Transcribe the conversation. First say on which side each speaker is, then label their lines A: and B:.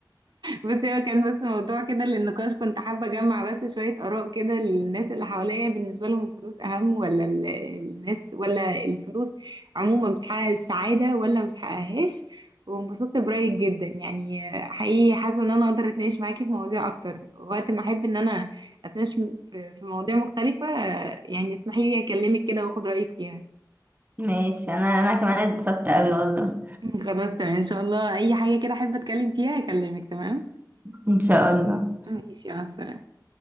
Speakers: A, on the right; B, on the right.
A: بصي هو كان بس موضوع كده للنقاش كنت حابة أجمع بس شوية آراء كده للناس اللي حواليا بالنسبة لهم الفلوس أهم ولا ال- الناس ولا الفلوس عموما بتحقق السعادة ولا ما بتحققهاش وانبسطت برأيك جدا يعني حقيقي حاسة إن أنا أقدر أتناقش معاكي في مواضيع أكتر وقت ما أحب إن أنا أتناقش في في مواضيع مختلفة يعني اسمحي لي أكلمك كده وأخد رأيك فيها
B: <laughs> ماشي انا انا كمان اتبسطت اوي والله
A: <laughs> خلاص تمام إن شاء الله أي حاجة كده أحب أتكلم فيها أكلمك تمام
B: ان شاء الله
A: ماشي مع السلامة